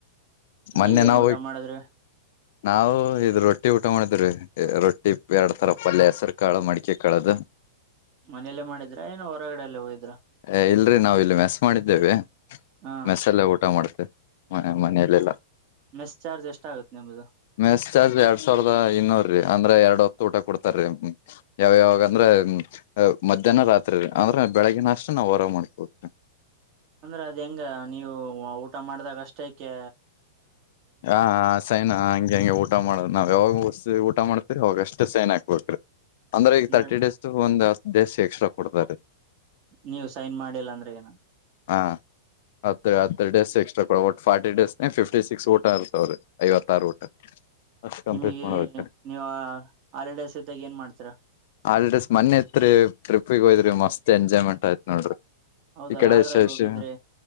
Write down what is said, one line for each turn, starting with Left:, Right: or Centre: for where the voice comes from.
Left: ಮೊನ್ನೆ
Right: ನೀವೇನ್
Left: ನಾವ
Right: ಊಟ ಮಾಡಿದ್ರಿ
Left: ನಾವವು ಇದ ರೊಟ್ಟಿ ಊಟ ಮಾಡಿದ್ರೀ ರೊಟ್ಟಿ ಎರಡ್ ತರ ಪಲ್ಯ ಹೆಸರು ಕಾಳು ಮಡಿಕೆ ಕಾಳ್ದ
Right: ಮನೆಯಲ್ಲೇ ಮಾಡಿದ್ರೆ ಏನೋ ಹೊರಗಡೆಲ್ಲ ಹೋಗಿದ್ರ
Left: ಏ ಇಲ್ರಿ ನಾವವು ಇಲ್ಲಿ ಮೆಸ್ ಮಾಡಿದ್ದೇವೆ
Right: ಹಾ
Left: ಮೆಸಲ್ಲ ಊಟ ಮಾಡ್ತೇವೆ ಹ ಮನೆಯಲ್ಲೆಲ್ಲ
Right: ಮೆಸ್ ಚಾರ್ಜ್ ಎಷ್ಟ ಆಗುತ್ತೆ ನಿಮ್ದು
Left: ಮೆಸ್ ಚಾರ್ಜ್ ಎರಡ್ ಸಾವಿರದ ಇನ್ನೂರು ಅಂದ್ರೆ ಎರಡ್ ಹೊತ್ತು ಊಟ ಕೊಡ್ತಾರೀ ಯಾವ ಯಾವ ಅಂದ್ರ ಮಧ್ಯಾಹ್ನ ರಾತ್ರಿ ಂದ್ರ ಬೆಳಗಿನಷ್ಟು ನಾವು ಹೊರ ಮಾಡ್ಕ ಹೋಗತೇವಿ
Right: ಅಂದ್ರೆ ಅದ್ ಹೆಂಗ ನೀವು ಊಟ ಮಾಡ್ದಾಗ ಅಷ್ಟಕ್ಕೆ
Left: ಹಾ ಸೈನಾ ಹಂಗೆ ಹಂಗೆ ಊಟ ಮಾಡೋ್ ನಾವ್ ಯಾವಾಗಸ್ ಊಟ ಮಾಡ್ತ ಹಾಗಷ್ಟು ಸೈನ್ ಹಾಕ್ಬಬೇಕ್ರೀ ಅಂದ್ರೆ
Right: ಅಂದ್ರ
Left: ಈಗ ತರ್ಟಿ ಡೇಸ್ ಒಂದ ದೇಸ ಎಕ್ಸ್ಟ್ರಾ ಕೊಡ್ತಾರ
Right: ನೀವು್ ಸೈನ್ ಮಾಡಿಲ್ಲ ಅಂದ್ರೆ ಏನ ಅಗತ್ಥದೇ
Left: ಹಾ ಹತ್ತ ಹತ್ತ ಡೇಸ್ ಎಕ್ಸ್ಟ್ರಾ ಕೊ ಫಾರ್ಟಿ ಡೇಸ್ನ ಫಿಫ್ಟಿ ಸಿಕ್ಸ್ ಊಟ ಇರ್ತಾವ್ರ ಐವತ್ತಾರು ಊಟ ಅಷ್ಟ್ ಕಂಪ್ಲೀಟ್
Right: ನಿಮಗೆ
Left: ಮಾಡ್ಬೇಕ
Right: ನೀವ ಆಲಡ ಸಹಿತಾಗ ಏನ್ ಮಾಡ್ತರಾ
Left: ಹಾಲಿಡೇಸ್ ಮನೆ ತ್ರಿ ಟ್ರಿಪ್ಗೆ ಹೋದ್ರಿ ಮಸ್ತ್ ಎಂಜಾಯ್ಮೆಂಟ್ ಆಯತತ್ ನೋಡ್ರಿ
Right: ಹೌದಾ
Left: ಈ ಕಡೆ
Right: ಯಾವ್ದ್ರಲ್ಲಿ
Left: ಎಷ್ಟ ಎಷ್ಟ
Right: ಹೋಗಿದ್ರಿ